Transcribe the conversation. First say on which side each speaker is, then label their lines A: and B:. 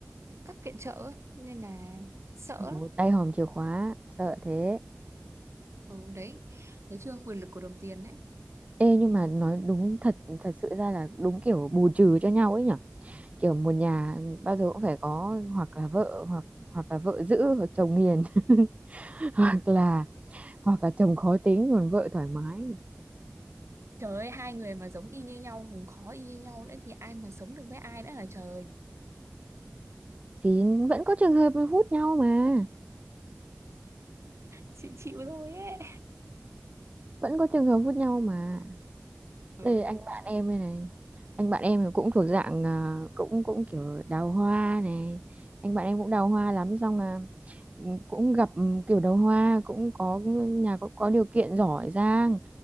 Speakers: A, on the right (about 70°); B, on the right (about 30°).
A: cắt viện trợ ấy. nên là sợ
B: Ôi dồi
A: lắm
B: tay hòm chìa khóa sợ thế.
A: ừ, đấy thấy chưa quyền lực của đồng tiền đấy
B: Ê nhưng mà nói đúng thật thật sự ra là đúng kiểu bù trừ cho nhau ấy nhỉ. Kiểu một nhà bao giờ cũng phải có hoặc là vợ hoặc hoặc là vợ dữ hoặc chồng hiền <laughs> hoặc là hoặc là chồng khó tính còn vợ thoải mái
A: trời ơi hai người mà giống y như nhau cũng khó y như nhau nữa thì ai mà sống được với ai nữa là trời
B: thì vẫn có trường hợp hút nhau mà.
A: chịu chịu thôi ấy
B: vẫn có trường hợp hút nhau mà
A: ừ.
B: đây anh bạn em đây này anh bạn em thì cũng thuộc dạng à, cũng cũng kiểu đào hoa này anh bạn em cũng đào hoa lắm xong là ừ, cũng gặp ừ, kiểu đào hoa cũng có nhà có, có điều kiện giỏi giang